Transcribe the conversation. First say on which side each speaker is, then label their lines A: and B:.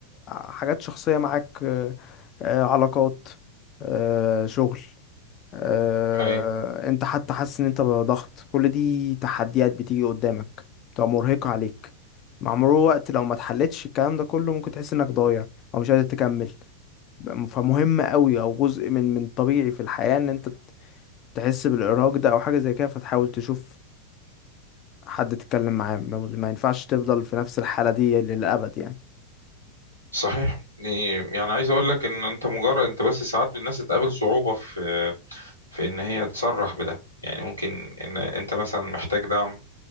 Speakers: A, on the left; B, on the left.
A: حاجات شخصية معاك آه، آه، علاقات آه، شغل آه،
B: اي
A: انت حتى حاسس ان انت بضغط كل دي تحديات بتيجي قدامك بتبقى مرهقة عليك مع مرور الوقت لو ما اتحلتش الكلام ده كله ممكن تحس انك ضايع او مش قادر تكمل فمهم قوي او جزء من من طبيعي في الحياة ان انت تحس بالارهاق ده او حاجة زي كده فتحاول تشوف حد تتكلم معاه ما ما ينفعش تفضل في نفس الحالة دي للأبد يعني
B: صحيح يعني يعني عايز اقول لك ان انت مجرد انت بس ساعات الناس تقابل صعوبة في في ان هي تصرح بده يعني ممكن ان انت مثلا محتاج دعم